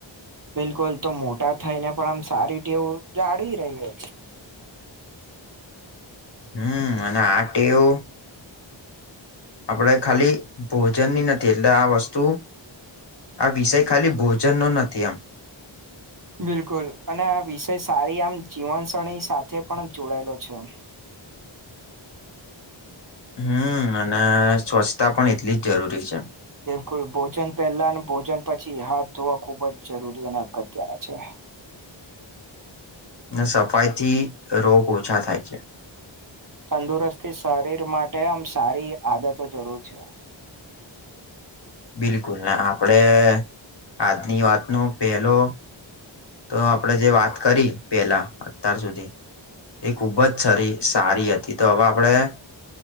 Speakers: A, on the right; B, on the left.
A: બિલકુલ તો મોટા થઈ ને પણ આમ સારી ટેવ જાળવી રહીએ
B: હમ અને આ ટેવ આપડે ખાલી ભોજન ની નથી એટલે આ વસ્તુ આ વિષય ખાલી ભોજન નો નથી એમ
A: બિલકુલ, અને આ વિષય સારી આમ જીવન શરણી સાથે પણ જોડાયેલો છે.
B: હમ, અને સ્વચ્છતા પણ એટલી જ જરૂરી છે.
A: બિલકુલ, ભોજન પહેલા ભોજન પછી હાથ ધોવા ખુબ જ જરૂરી અને અગત્યના છે.
B: ને સફાઈ થી રોગ ઓછા થાય છે.
A: તંદુરસ્તી શરીર માટે આમ સારી આદતો જરૂર છે.
B: બિલકુલ, ના આપડે આજની વાત ન પેલો તો આપણેે જે વાત કરી પેલા અત્યાર સુધી એ ખૂબ જ સ સારી હતી, તો હવે આપણેે